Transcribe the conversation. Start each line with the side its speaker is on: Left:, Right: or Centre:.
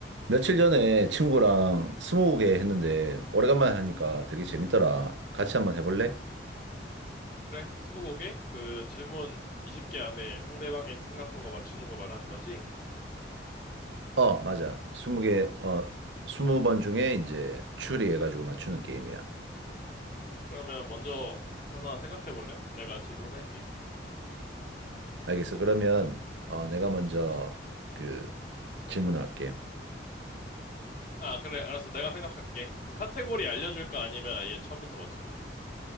Right: 며칠 전에 친구랑 스무고개 했는데 오래간만에 하니까 되게 재밌더라. 같이 한번 해볼래?
Left: 그래, 스무고개? 그 질문 20개 안에 상대방이 생각한 거 맞추는 거 말하는 거지?
Right: 어, 맞아. 스무 개, 어, 스무 번 중에 이제 추리해가지고 맞추는 게임이야.
Left: 그러면 먼저 하나 생각해 볼래? 내가 질문할게.
Right: 알겠어. 그러면 어, 내가 먼저 그 질문할게.
Left: 아, 그래, 알았어. 내가 생각할게. 그럼 카테고리 알려줄까? 아니면 아예 처음부터 맞춰볼래?